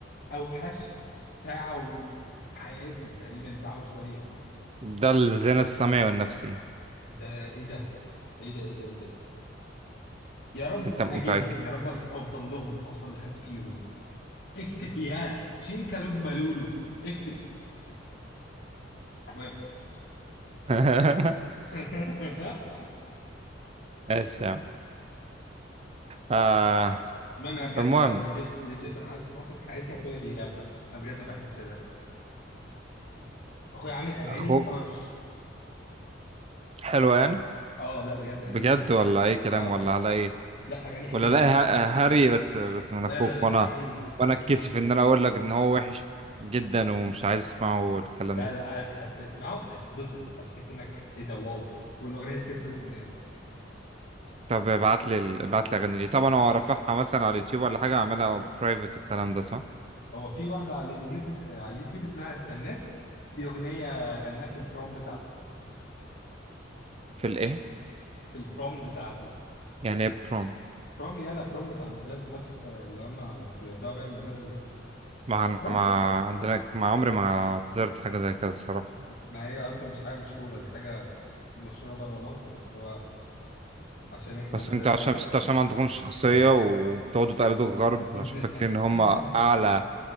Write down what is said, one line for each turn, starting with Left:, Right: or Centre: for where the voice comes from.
Left: اوحش ساعه و- في حياتي تقريبا ساعه وشويه
Right: ده الزنا السمعي والنفسي
Left: ده ايه ده ايه ده ايه ده ايه ده يا رب
Right: انت متاكد
Left: اجيلهم يا رب أص- اوصل لهم اوصل لحد فيهم اكتب يا شينكا لوج لولو اكتب المهم
Right: <laughs>
Left: <laughs>
Right: ماشي يا عم آه
Left: المهم انا بجد
Right: المهم
Left: لا ليجيت ليجيت انا قعدت فتره في حياتي اخويا بيراب انا بجد ما بحبش الراب اخويا عامل اغاني
Right: اخوك
Left: طرش
Right: حلو يعني
Left: اه لا بجد حلوه
Right: بجد ولا اي كلام
Left: اه
Right: ولا على ايه
Left: لا اغاني حلوه
Right: ولا لا ه- هري بس بس من
Left: لا
Right: اخوك
Left: لا لا
Right: وانا
Left: حلوه اغاني
Right: وانا اتكسف
Left: حلوه
Right: ان انا اقول لك ان هو وحش جدا ومش عايز اسمعه الكلام
Left: لا
Right: ده
Left: لا هت- هتسمعه هتتبسط هتحس انك ايه ده واو والاغنيه دي تثبت في دماغك
Right: طب ابعت لي ال- ابعت لي اغاني دي طبعا هو رافعها مثلا على اليوتيوب ولا حاجه عاملها برايفت والكلام ده صح
Left: هو في واحده على اليوتيوب اس- على اليوتيوب اسمها استناك دي اغنيه غناها في البروم بتاعته
Right: في الايه
Left: في البروم بتاعته
Right: يعني ايه بروم
Left: بروم يالا بروم بتاع المدرسه حفله اللي هم بيودعوا بيها المدرسه دي
Right: ما
Left: بروم
Right: أنا- ما عندنا ما عمري ما حضرت حاجه زي كده الصراحه
Left: ما هي اصلا مش حاجه مشهوره دي حاجه مشهوره بره مصر بس هو عشان احنا
Right: بس
Left: مدرسه
Right: انتوا عشان بس انتوا عشان ما عندكمش شخصيه وبتقعدوا تقلدوا الغرب
Left: <laughs>
Right: عشان فاكرين ان هم اعلى